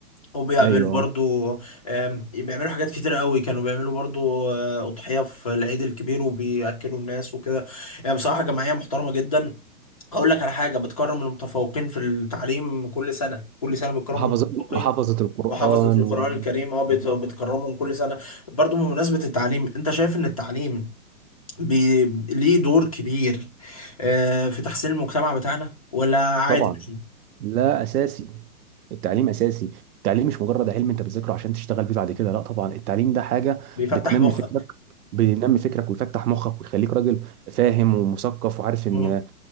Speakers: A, on the left; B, on the right.
A: وبيعملوا
B: أيوه
A: برضو آم، بيعملوا حاجات كتير قوي كانوا بيعملوا برضو آه، أضحية في العيد الكبير وبيأكلوا الناس وكده يعني بصراحة جمعية محترمة جدا هقول لك على حاجة بتكرم المتفوقين في التعليم كل سنة كل سنة بتكرم
B: وحافظ
A: المتفوقين
B: وحافظة القرآن
A: وحافظة القرآن
B: و...
A: الكريم اه بت-
B: بالظبط
A: بتكرمهم كل سنة برضو بمناسبة التعليم انت شايف ان التعليم بي... ليه دور كبير آه، في تحسين المجتمع بتاعنا ولا عادي
B: طبعا
A: مش
B: لا اساسي التعليم اساسي التعليم مش مجرد علم انت بتذاكره عشان تشتغل بيه بعد كده لا طبعا التعليم ده حاجه
A: بيفتح
B: بتنمي
A: مخك
B: فكرك بينمي فكرك ويفتح مخك ويخليك راجل فاهم ومثقف وعارف ان
A: مم.
B: ان